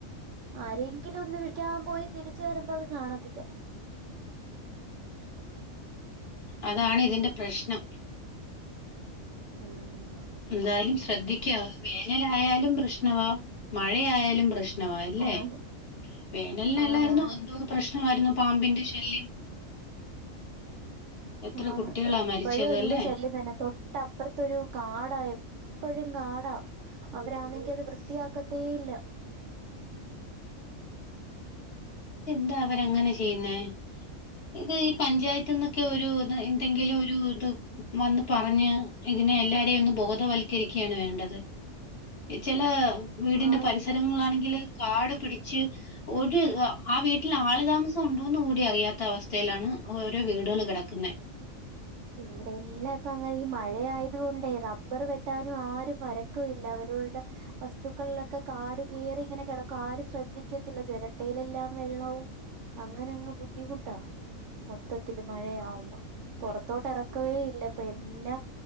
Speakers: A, on the right; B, on the left.
A: ആരെങ്കിലും ഒന്ന് വിക്കാൻ പോയി തിരിച്ച വരുമ്പോ അത് കാണത്തില്ല
B: അതാണ് ഇതിന്റെ പ്രശ്നം
A: ഉം
B: എന്തായാലും ശ്രദ്ധിക്കുക വേനലായാലും പ്രശ്നവാ മഴയായാലും പ്രശ്ന പ്രല്ലേ
A: ആണ്
B: വേനലിനല്ലായിരുന്നു
A: ആണാണ്
B: എന്തോ പ്രശ്ന പ്രമായിരുന്നു പാമ്പിന്റെ ശല്യം എത്ര
A: ആഹ
B: കുട്ടികളാ
A: എപ്പോഴും
B: മരിച്ചത്
A: അതിന്റെ
B: അല്ലേ
A: ശല്യം തന്നെ തൊട്ടപ്പുറത്തൊരു കാടായ എപ്പോഴും കാടാ അവരാണെങ്കി അത് വൃത്തിയാക്കത്തേ ഇല്ല
B: അതെന്താ അവരങ്ങനെ ചെയ്യ ഇത് ഈ പഞ്ചായത്ത് പന്നൊക്കെ
A: ഓ
B: ഒരു എന്തെങ്കിലും ഒരു ഇത് വന്ന് പറഞ്ഞ് ഇതിനെ എല്ലാരെയും ഒന്ന് ബോധവൽക്കരിക്കുകയാണ് വേണ്ടത് ചില വീടിന്റെ
A: ആന്ന്
B: പരിസരങ്ങളാണെങ്കില് കാട് പിടിച്ച് ഒരു ആ വീട്ടിൽ ആളുതാമസം ഉണ്ടോന്ന് കൂടി അറിയാത്ത അവസ്ഥയിലാണ് ഓരോ വീടുകൾ ക നടക്കുന്ന
A: ഇവിടെ എല്ലാംക്ക അങ്ങനെ ഈ മഴയത കൊണ്ടേ റബ്ബർ വെട്ടാനും ആരും വരക്കല്ല അവരുടെ വസ്തുക്കളിലൊക്കെ കാട് കയറി ഇങ്ങനെ കിടക്കും ആരും ശ്രദ്ധിക്കത്തില്ല ചിരട്ടയിലെല്ലാം വെള്ളവും അങ്ങനെ അങ്ങ് ബുദ്ധിമുട്ടാ മൊത്തത്തില്ൽ മഴയാകുമ്പോ പുറ അത്തോട്ട ഇറക്കവേ ഇല്ല അപ്പൊ എല്ലാം